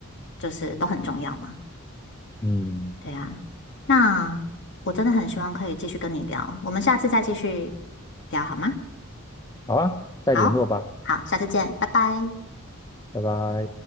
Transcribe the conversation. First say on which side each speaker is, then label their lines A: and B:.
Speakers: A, on the left; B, on the left.
A: 就是都很重要嘛。
B: 嗯，
A: 对啊，那我真的很希望可以继续跟你聊，我们下次再继续聊好吗？
B: 好啊，再联络吧，
A: 好，好，下次见，拜拜。
B: 拜拜。